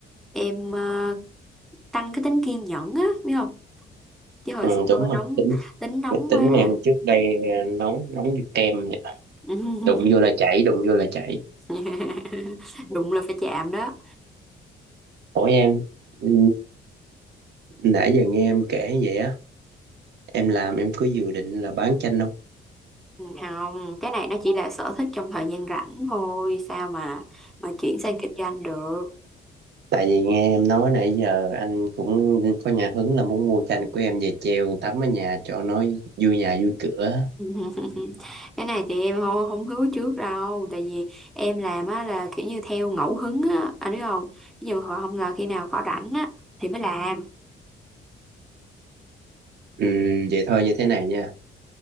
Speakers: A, in the centre; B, on the right.
A: em ờ, tăng cái tính kiên nhẫn á biết không chứ hồi
B: ừ,
A: xưa
B: đúng mà
A: nóng
B: tính
A: tính nóng
B: tính
A: quá
B: em trước đây nóng nóng như kem vậy.
A: <laughs>
B: đụng vô là chảy đụng vô là chảy
A: <laughs> đụng là phải chạm đó
B: ủa em ừ, nãy giờ nghe em kể vậy á em làm em cứ dự định là bán chanh
A: Ừ, không cái này nó chỉ là sở thích trong thời gian rảnh thôi sao mà mà chuyển sang kinh doanh được
B: tại vì nghe em nói nãy giờ anh cũng có nhà hứng là muốn mua tranh của em về treo tắm ở nhà cho nó vui nhà vui cửa
A: <laughs> cái này thì em không, không hứa trước đâu tại vì em làm á là kiểu như theo ngẫu hứng á anh biết không ví dụ họ không là khi nào có rảnh á thì mới làm
B: ừ, vậy thôi như thế này nha